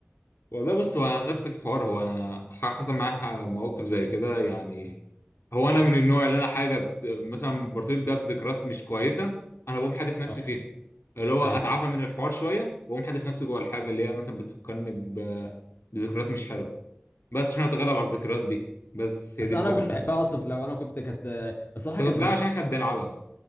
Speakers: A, on the left; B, on the left.
A: والله بص هو نفس الحوار هو انا ح- حصل معايا مواقف زي كده يعني هو انا من النوع اللي انا حاجه ب- مثلا برتبط بيها بذكريات مش كويسه انا بقوم حادف نفسي
B: اه
A: فيها اللي هو
B: ايوه
A: اتعافى من الحوار شويه واقوم حادف نفسي جوه الحاجه اللي هي مثلا بتفكرني ب- بذكريات مش حلوه بس عشان اتغلب على الذكريات دي بس هي
B: بس
A: دي
B: انا
A: الفكره
B: ما كنتش بحبها اصلا لو انا كنت كانت آه، الصراحة
A: ده
B: كانت
A: كنت لا
B: بت-
A: عشان احنا بنلعبها